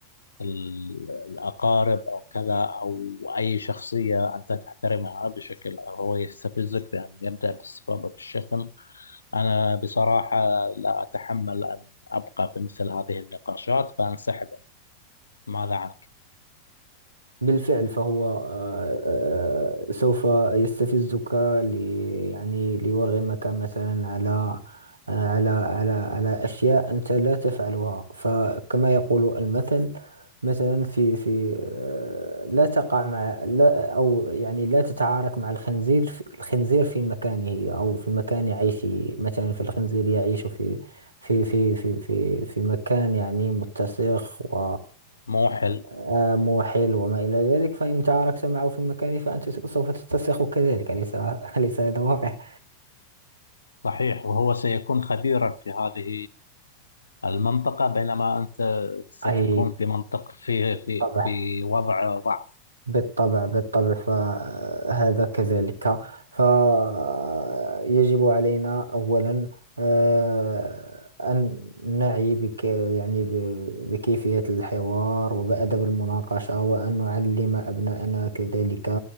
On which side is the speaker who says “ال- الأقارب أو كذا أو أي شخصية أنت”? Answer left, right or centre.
Left